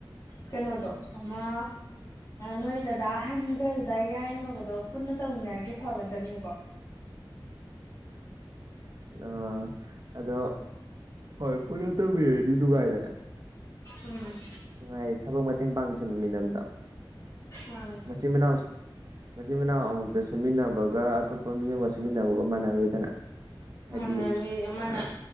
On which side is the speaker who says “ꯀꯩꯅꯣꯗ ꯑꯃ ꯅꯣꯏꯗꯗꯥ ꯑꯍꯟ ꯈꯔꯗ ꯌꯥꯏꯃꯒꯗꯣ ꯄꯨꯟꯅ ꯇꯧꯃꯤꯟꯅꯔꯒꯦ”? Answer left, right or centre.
Left